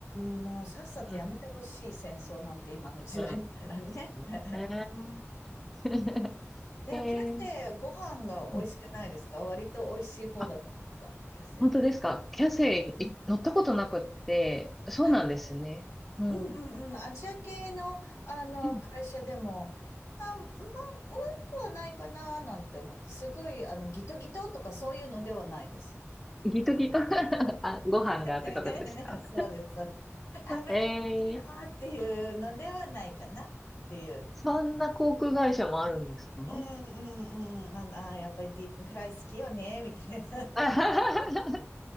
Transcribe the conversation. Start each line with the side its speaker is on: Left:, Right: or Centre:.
Left: ーん、もうさっさとやめてほしい戦争なんて今の時代みたいなね。
Centre: うん。うん。
Left: <laughs>
Centre: ね <laughs>
Left: でも、
Centre: えー、
Left: キャセイご飯が美味しくないですか割と美味しい方だった、
Centre: うんあ、
Left: キャセ
Centre: 本当ですか。キャセイい乗ったことなくって、
Left: イ。うん
Centre: そうなんですね。
Left: あ、
Centre: うん。
Left: うんうんうん。アジア系の、あの会社でも、
Centre: うん。
Left: まあ、まあ、悪くはないかななんて思って、すごい、あの、ギトギトとかそういうのではないです。
Centre: ギトギト <laughs> あ、ご飯がってことですか。
Left: <laughs> そうです、そうです。<laughs> 油がいいよっていうのではないかなっていう。
Centre: えー、そんな航空会社もあるんですか
Left: うんうんうん。あの、あー、やっぱりディープフライ好きよね、みたいな。
Centre: <laughs>